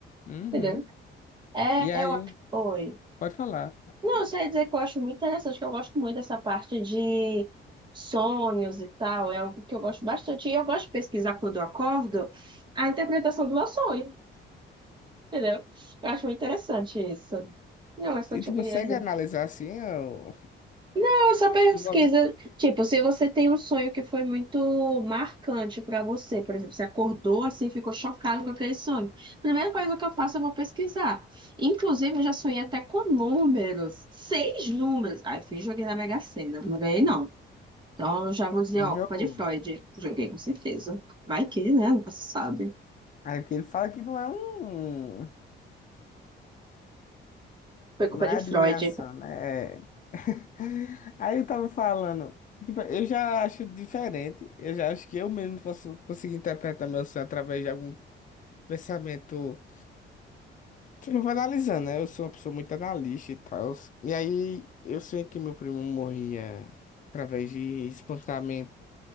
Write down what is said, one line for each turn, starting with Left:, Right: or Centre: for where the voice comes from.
Left: uhum.
Right: entendeu? É,
Left: E aí,
Right: é o... Oi.
Left: pode falar.
Right: Não, eu só ia dizer que eu acho muito interessante, que eu gosto muito dessa parte de sonhos e tal, é algo que eu gosto bastante. E eu gosto de pesquisar quando eu acordo a interpretação do meu sonho, entendeu? Eu acho muito interessante isso. Não, mas continue
Left: E tu consegue
Right: aí.
Left: analisar assim, ó,
Right: Eu só pesquisa,
Left: tu go-
Right: tipo, se você tem um sonho que foi muito marcante pra você, por exemplo, você acordou assim, ficou chocado com aquele sonho. Primeira coisa que eu faço, eu vou pesquisar. Inclusive, eu já sonhei até com números, seis números. ai fui joguei na Mega Sena, não ganhei não. Então, eu já vou dizer,
Left: mas
Right: ó, culpa
Left: eu,
Right: de Freud. Joguei com certeza. Vai que, né? Nunca se sabe.
Left: aí porque ele fala que não é um,
Right: Foi culpa
Left: não é
Right: de Freud.
Left: adivinhação, né? É- <laughs> Aí eu tava falando, tipo, eu já acho diferente, eu já acho que eu mesmo posso conseguir interpretar meu sonho através de algum pensamento Eu vou analisando, né? Eu sou uma pessoa muito analista e tal. E aí, eu sei que meu primo morria através de espancamento